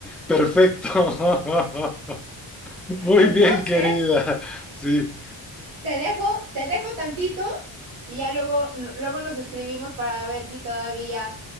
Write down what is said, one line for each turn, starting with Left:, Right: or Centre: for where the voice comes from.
Centre: perfecto. <laughs> Muy
Right: Entonces,
Centre: bien, querida. Sí,
Right: te dejo, te dejo tantito y ya luego, luego nos escribimos para ver si todavía